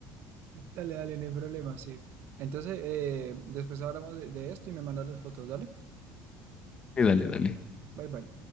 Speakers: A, on the right (about 50°); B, on the left (about 20°).
A: Dale, dale, no hay problema, sí. Entonces, eh, después hablamos de, de esto y me mandas las fotos, dale.
B: Eh, Dale, dale.
A: Bye, bye.